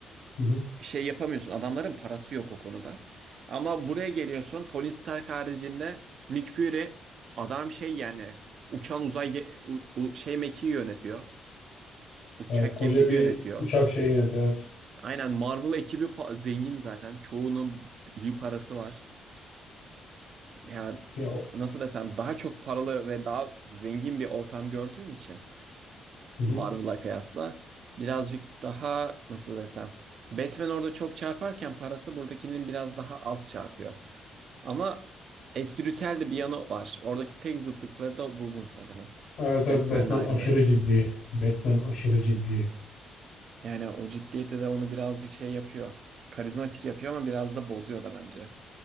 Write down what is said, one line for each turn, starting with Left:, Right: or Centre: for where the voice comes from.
Left: Hı hı.
Right: şey yapamıyorsun. Adamların parası yok o konuda. Ama buraya geliyorsun. Tony Stark haricinde Nick Fury adam şey yani uçan uzay ge- u- u- şey mekiği yönetiyor. Uçak
Left: Evet, koca
Right: gemisi
Left: bir
Right: yönetiyor.
Left: uçak şeyi yönetiyor evet.
Right: Aynen Marvel ekibi pa- zengin zaten. Çoğunun iyi parası var. Ya
Left: Ya, o-
Right: nasıl desem daha çok paralı ve daha zengin bir ortam gördüğün için
Left: hı hı.
Right: Marvel'a kıyasla. Birazcık daha nasıl desem. Batman orada çok çarparken parası buradakinin biraz daha az çarpıyor. Ama espritüel de bir yanı var. Oradaki tek zıtlıkları da bu muhtemelen.
Left: Evet evet
Right: Batman'le
Left: Batman
Right: Iron
Left: aşırı
Right: Man'in.
Left: ciddi. Batman aşırı ciddi.
Right: Yani o ciddiyeti de onu birazcık şey yapıyor. Karizmatik yapıyor ama biraz da bozuyor da bence.